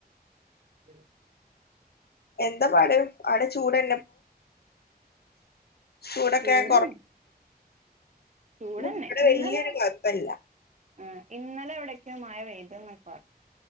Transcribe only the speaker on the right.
ഉം
ചൂടന്നെ
ചൂടന്നെ
ഇന്നല
ആ ഇന്നലെവിടെക്യോ മഴ പെയ്ത് ന്നൊക്കെ പർഞ്